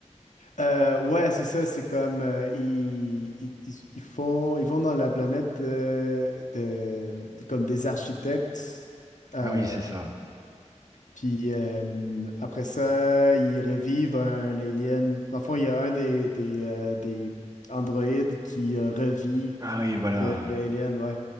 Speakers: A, on the left; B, on the right.
A: euh, ouais, c'est ça, c'est comme euh, ils, ils- ils- ils font, ils vont dans la planète de, de- comme des architectes, euh,
B: Ah oui, c'est ça.
A: puis euh, après ça, ils revivent un alien. Dans le fond, il y a un des, des, euh, des androïdes qui euh, revit
B: Ah oui, voilà.
A: le, le alien, ouais.